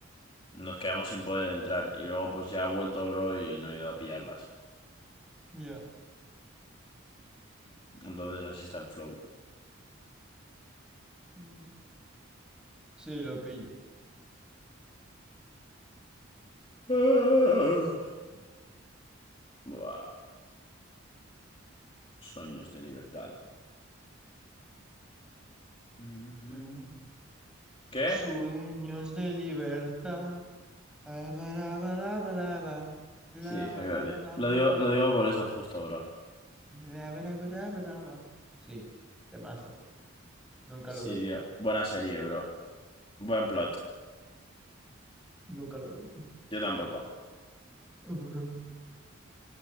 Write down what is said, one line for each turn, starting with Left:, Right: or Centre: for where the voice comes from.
Left: nos quedamos sin poder entrar. Y luego, pues, ya ha vuelto, bro, y no he ido a pillarlas.
Centre: Ya.
Left: Entonces, así está el flow.
Centre: Mm. Sí, lo pillo.
Left: <laughs> Buah. Sueños de libertad. Ujú.
Centre: Mm.
Left: ¿Qué?
Centre: Sueños de libertad. Alma lava lava lava.
Left: Sí,
Centre: Lava
Left: exactamente.
Centre: daba daba
Left: Lo digo,
Centre: da.
Left: lo digo por eso justo, bro.
Centre: Daba daba daba daba. Sí, temazo. Nunca
Left: Sí,
Centre: lo vi.
Left: tío. Buena serie, bro. Buen plot.
Centre: Nunca lo vi. <laughs>
Left: Yo tampoco.
Centre: Ujú.